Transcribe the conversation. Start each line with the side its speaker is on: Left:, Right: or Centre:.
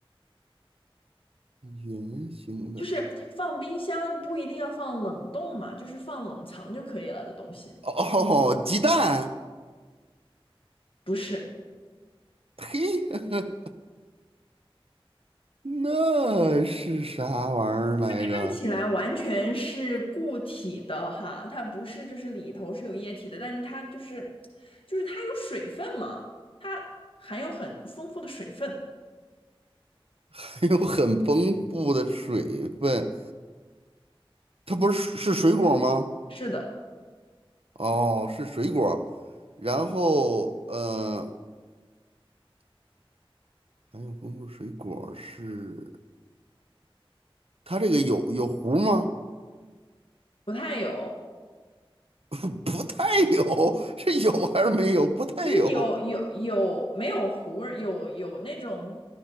Right: 圆形的。
Left: 就是放冰箱不一定要放冷冻嘛，就是放冷藏就可以了的东西。
Right: 哦，鸡蛋，
Left: 不是，
Right: 嘿，<laughs> 那是啥玩意儿来着？
Left: 看起来完全是固体的哈，它不是就是里头是有液体的，但是它就是就是它有水分嘛，它含有很丰富的水分。
Right: <laughs> 还有很丰富的水分，它不是是水果吗？
Left: 是的，
Right: 哦，是水果儿然后呃，还有丰富水果儿是它这个有有核儿吗？
Left: 不太有。
Right: 不不太有，是有还是没有？不太有。
Left: 就是有有有没有核儿，有有那种